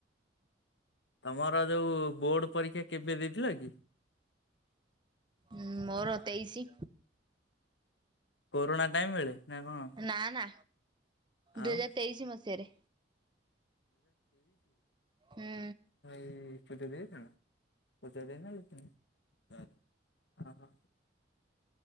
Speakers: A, on the left; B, on the right.
A: ତମର ଯୋଉ ବୋର୍ଡ ପରୀକ୍ଷା କେବେ ଦେଇଥିଲ କି?
B: ହଁ ମୋର ତେଇଶି
A: କୋରୋଣା ଟାଇମ ବେଳେ ନା କଣ?
B: ନା ନା
A: ଆଉ
B: ଦୁଇ ହଜାର ତେଇଶି ମସିହାରେ ହୁଁ
A: ଇ ପୂଜା ଦେଇ ପୂଜା ଦେଇନା <unintelligible>